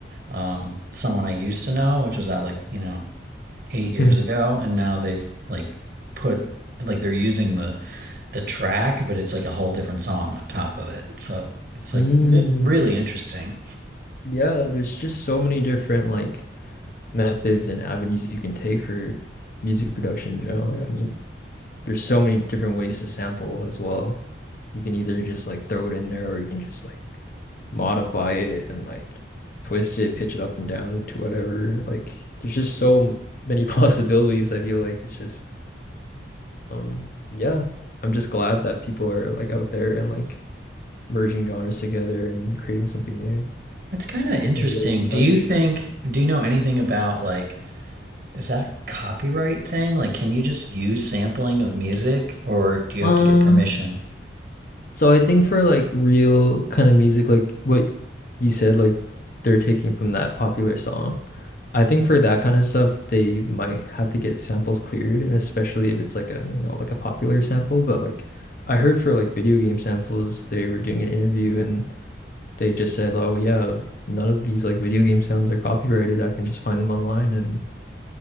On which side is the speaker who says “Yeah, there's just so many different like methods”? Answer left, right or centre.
Left